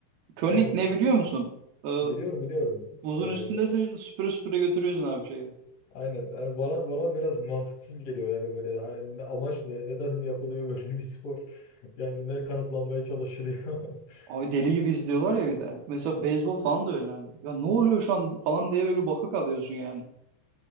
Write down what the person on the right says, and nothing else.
curling
ne
biliyor musun? E,
buzun
üstündesin süpüre süpüre götürüyorsun abi şeyi.
Abi deli gibi izliyorlar ya bir de. Mesela beyzbol falan da öyle hani. Ya ne oluyor şu an falan diye böyle baka kalıyorsun yani.